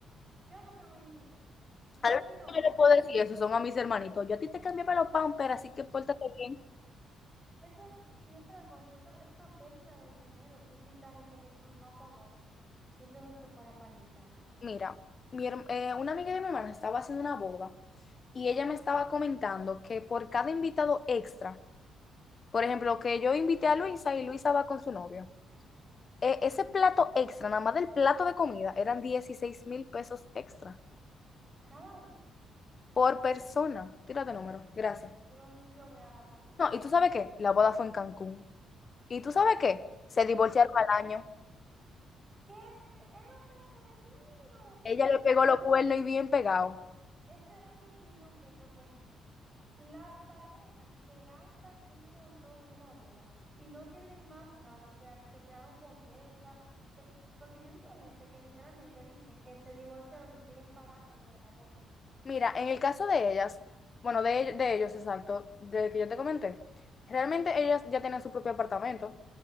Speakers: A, on the right (about 25°); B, on the left (about 40°).
A: yo no te voy a invitar. Yo
B: A lo
A: opino
B: único que
A: eso,
B: yo le
A: no
B: puedo
A: sé.
B: decir eso son a mis hermanitos. Yo a ti te cambiaba los pampers, así que pórtate bien.
A: Eso, y otra cosa, eso es una pérdida de dinero. Tú invitas a gente que tú no conoces, simplemente por aparentar.
B: Mira, mi herm- eh, una amiga de mi hermana estaba haciendo una boda y ella me estaba comentando que por cada invitado extra, por ejemplo, que yo invité a Luisa y Luisa va con su novio, e- ese plato extra, nada más del plato de comida, eran dieciséis mil pesos extra
A: Cada uno.
B: por persona. Tírate número, gracias.
A: Pero ni yo voy a la boda.
B: No, ¿y tú sabes qué? La boda fue en Cancún. ¿Y tú sabes qué? Se divorciaron
A: Ella,
B: al año.
A: ¿qué es, de- es lo que te digo? Que
B: Ella
A: las
B: le pegó
A: parejas,
B: los cuernos y bien pegado.
A: esa es otra opinión que yo tengo. Las parejas que gastan un montón en una boda y no tienen más nada, o sea, se quedaron con deuda, se- porque yo he visto gente que literalmente dicen que se divorciaron y siguen pagando lo de la boda.
B: Mira, en el caso de ellas, bueno, de, ell- de ellos, exacto, de que yo te comenté, realmente ellas ya tienen su propio apartamento,